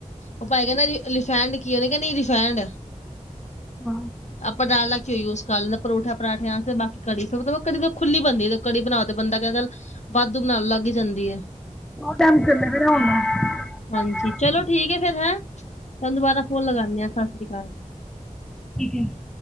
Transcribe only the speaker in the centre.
ਹਾਂ
<inaudible>
<inaudible>